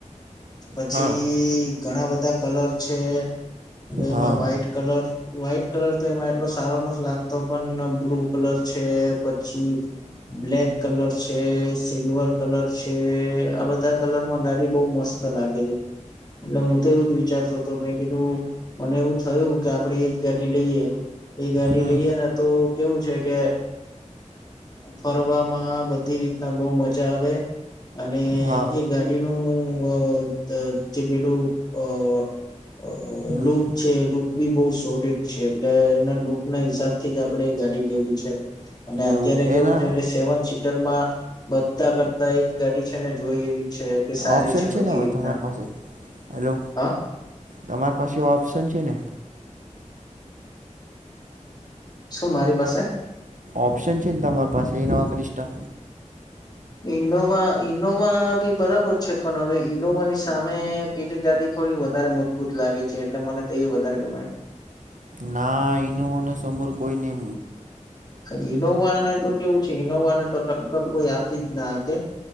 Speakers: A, on the left; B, on the right.
A: પછી
B: હા
A: ઘણા બધા કલર છે હવે
B: હા
A: એમાં વ્હાઈટ કલર વ્હાઈટ કલર તો એમાં એટલો સારો નથી લાગતો પણ બ્લુ કલર છે પછી બ્લેક કલર છે, સિલ્વર કલર છે આ બધા કલરમાં ગાડી બહુ મસ્ત લાગે છે. એટલે હું તો એવું જ વિચારતો તો મેં કીધું મને એવું થયું કે આપડે એ જ ગાડી લઈએ એ ગાડી
B: હમ
A: લઈએ ને તો કેવું છે કે ફરવામાં બધી રીતના બહુ મજા આવે. અને
B: હા
A: એ ગાડીનું અ ત જે પેલું અ અ
B: હમ
A: લુક છે લુક બી બહુ સોલીડ છે એટલે એના લુક ના હિસાબથી જ આપડે ગાડી લેવી છે અને અત્યારે
B: એવું
A: કેવું
B: એના
A: છે કે સેવન સીટરમાં બધા કરતા એ જ ગાડી છે ને જોઈ એવી છે કે સારી
B: ઓપ્શન
A: છે.
B: છે
A: બધી
B: ને ભાઈ
A: રીતના
B: તમારી પાસે હેલો
A: હા
B: તમારી પાસે ઓપ્શન છે ને
A: શું મારી પાસે
B: ઓપ્શન છે ને તમારી પાસે એ નવા ક્રિષા
A: એનોવા ઈનોવા બી બરાબર છે પણ હવે ઈનોવા ની સામે પેલી ગાડી થોડી વધારે મજબૂત લાગે લાગે છે એટલે મને તો એ વધારે ગમે
B: ના એનું મને સમર કોઈ નઈ
A: ઈનોવા ને તો કેવું છે ઈનોવા ને તો ટક્કર કોઈ આપી જ ના શકે